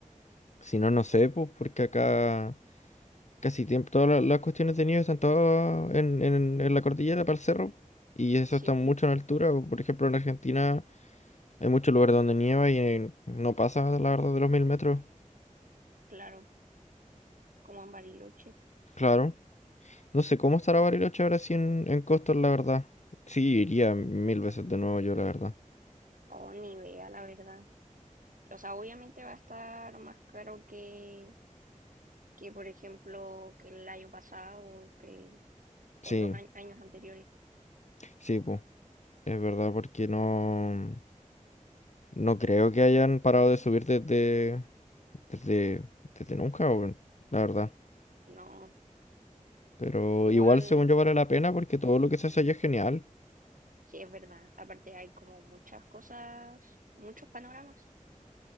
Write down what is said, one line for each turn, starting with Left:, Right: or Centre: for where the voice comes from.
Left: si no, no sé, pues porque acá casi tiempo, todas la- las cuestiones de nieve están todas en, en- en la cordillera para el cerro. Y eso
Right: Sí,
Left: está
Right: pues,
Left: mucho en altura. Por ejemplo, en Argentina hay muchos lugares donde nieva y eh, no pasa, la verdad, de los mil metros.
Right: claro, como en Bariloche.
Left: Claro. No sé cómo estará Bariloche ahora sí en, en costas, la verdad. Sí, iría mil veces de nuevo yo, la verdad.
Right: o ni vea, la verdad. O sea, obviamente va a estar más caro que, que por ejemplo, que el año pasado o que
Left: Sí,
Right: otros añ- años anteriores.
Left: sí, pues. Es verdad, porque no, no creo que hayan parado de subir desde, desde, desde nunca, weón, la verdad.
Right: No,
Left: Pero
Right: igual,
Left: igual, según yo, vale la pena porque todo lo que se hace allá es genial.
Right: sí es verdad. Aparte hay como muchas cosas, muchos panoramas.